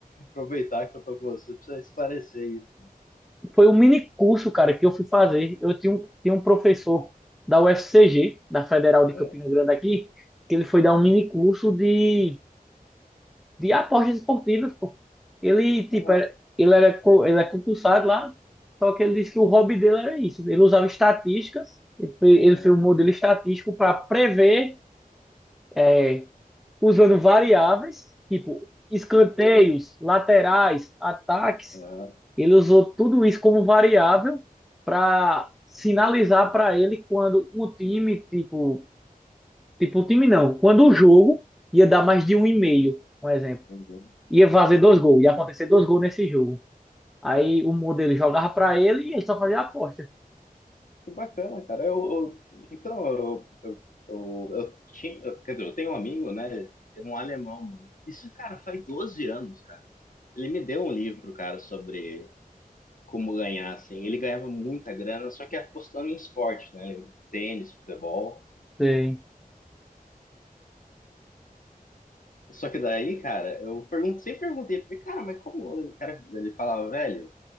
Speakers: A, on the left (about 60°); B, in the centre.
A: aproveitar que eu tô com você, precisa esclarecer isso.
B: foi um mini curso, cara, que eu fui fazer. Eu tinha um, tinha um professor da UFCG, da Federal de
A: É.
B: Campina Grande aqui, que ele foi dar um mini curso de de apostas esportivas, pô. Ele, tipo,
A: Ah,
B: era, ele era, co- ele é concursado lá, só que ele disse que o hobby dele era isso. Ele usava estatísticas, ele foi, ele
A: É,
B: foi um modelo estatístico para prever, é, usando variáveis, tipo, escanteios,
A: é,
B: laterais, ataques.
A: é,
B: Ele usou tudo isso como variável para sinalizar para ele quando um time, tipo, tipo, o time não, quando o jogo ia dar mais de um e meio, um exemplo
A: uhum.
B: ia fazer dois gols, ia acontecer dois gols nesse jogo. Aí o modelo jogava para ele e ele só fazia a aposta.
A: Que bacana, cara. Eu, eu- então, eu, eu, eu, eu tinha, eu- quer dizer, eu tenho um amigo, né? Um alemão, mano. Isso, cara, faz 12 anos, cara. Ele me deu um livro, cara, sobre como ganhar, assim. Ele ganhava muita grana, só que apostando em esporte, né? Tênis, futebol.
B: sim
A: Só que daí, cara, eu pergunto, sempre perguntei, porque, cara, mas como? O Cara, ele falava, velho.